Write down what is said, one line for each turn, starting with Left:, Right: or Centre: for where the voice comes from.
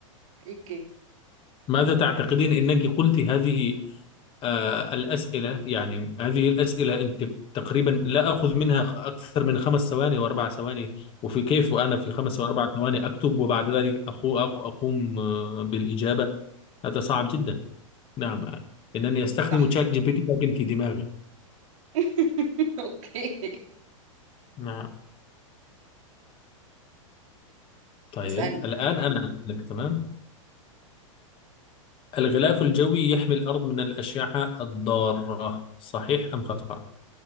Right: أوكي
Left: ماذا تعتقدين أنك قلت هذه آه الأسئلة يعني هذه الأسئلة أنت تقريبا لا أخذ منها خ- أكثر من خمس ثواني وأربع ثواني وفي كيف وأنا في خمس وأربع ثواني أكتب وبعد ذلك أخو أق- أقوم آه، بالإجابة هذا صعب جدا نعم إنني أستخدم
Right: صح
Left: شات جي بي تي لكن في دماغي
Right: <laughs> أوكي
Left: نعم طيب
Right: اسألني
Left: الآن أنا لك تمام الغلاف الجوي يحمي الأرض من الأشعة الضارة صحيح أم خطأ؟